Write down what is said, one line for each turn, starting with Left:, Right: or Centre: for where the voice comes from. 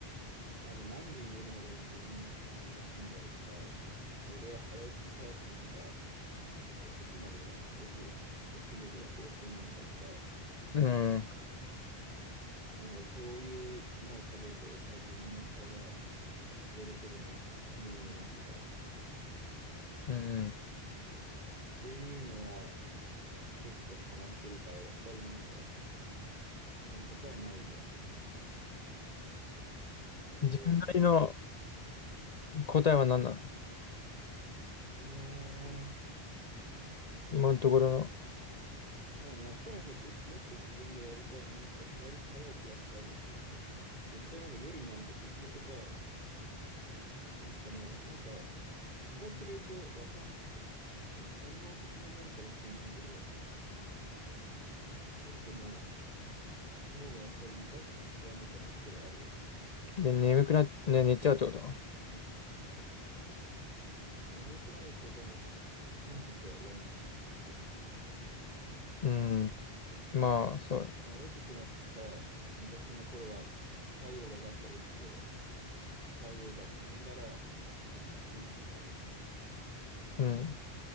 Right: あ、じゃあ何時に寝るのが俺自分一番いいんだろうとか、俺は早起きタイプなのか、遅くまで起きる、起きれる夜行性なのかとか、
Left: うん。
Right: あなんかこういうものを食べると、あ、自分の体喜ぶな、みたいな気分いいなとか、っ
Left: うん。
Right: ていうのは結構ハマってるから、やっぱりなんか、まあ、答えないじゃん。で、
Left: 自分なりの答えは何なの
Right: いやー、も
Left: 今のところ
Right: うね、やっぱりなんかじゅ、もっと自分がやりたいのは、もっと早、早起きはしたいなっていうのある。絶対なんか夜になると結局さ、なんかもう、なんか、日が暮れるとわかんない、本能的なもんかもしれないけど、ちょっともう、脳がやっぱりリラックスしちゃうみたいなところあるよね。
Left: の。で眠くな、ね、寝ちゃうってこと
Right: なんか眠くなるっていうか、なんか、あ本日は終わりましたっていう。
Left: うん。まあ、そう。
Right: その俺たちもさ、昔の頃は、太陽が上がったら起きて、太陽が沈んだら家に帰るみたいなさ、
Left: うん。